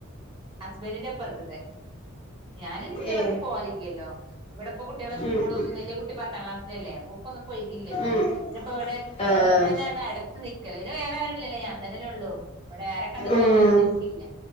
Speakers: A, on the right; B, on the left.
A: ഹസ്ബൻറിന്റെപ്പറത്ത്ത്തെ ഞാനിന്നി പിന്നെ ഇവിട്ന്ന്
B: ഏ
A: പോവലില്ലല്ലോ ഇവിടെപ്പോ കുട്ട്യേളെ സ്കൂളും
B: ഉം ഉം
A: വല്ല്യേ കുട്ടി പത്താം ക്ലാസ്സിലല്ലേ അപ്പൊ ഓക്കൊന്നും ഇപ്പൊ ഒയ്‌വില്ലലോ
B: ഉം
A: ഇങ്ങട്ട് ഇവടെ
B: ആഹ്
A: ഇവടെതന്നെയെല്ലാം അടച്ചുവെ ക്കല് പിന്നെ വേറെ ആരുല്ലല്ലോ ഞാൻ തന്നെല്ലേ ഉള്ളൂ ഇവിടെ ആരെ കണ്ട്
B: ഉം
A: പോവാനൊന്നും ഇനിക്കില്ല